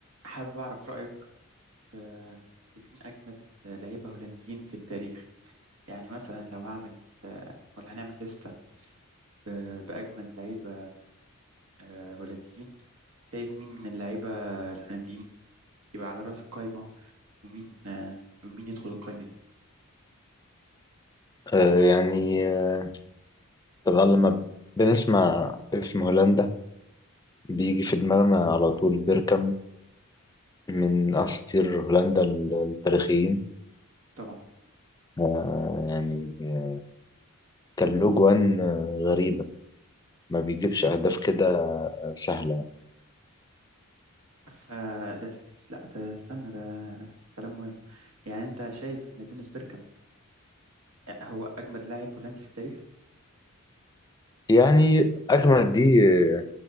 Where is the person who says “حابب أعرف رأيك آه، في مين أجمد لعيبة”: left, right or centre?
Right